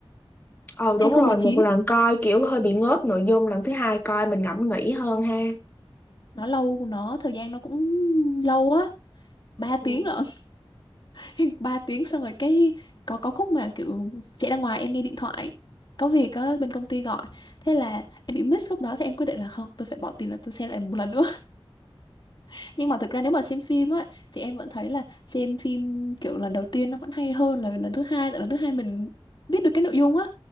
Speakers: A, on the left (about 20°); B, on the left (about 50°).
A: ờ đúng
B: hai không
A: rồi
B: một
A: một
B: chín
A: lần coi kiểu hơi bị ngớp nội dung lần thứ hai coi mình ngẫm nghĩ hơn ha
B: nó lâu nó thời gian nó cũng lâu á 3
A: ừ.
B: tiếng lận <laughs> ba tiếng xong rồi cái có có khúc mà kiểu chạy ra ngoài em nghe điện thoại có việc có bên công ty gọi thế là em bị miss khúc đó thì em quyết định là không tôi phải bỏ tiền là tôi xem lại một lần nữa <laughs> nhưng mà thực ra nếu mà xem phim á thì em vẫn thấy là xem phim kiểu lần đầu tiên nó vẫn hay hơn là lần thứ hai tại lần thứ hai mình biết được cái nội dung á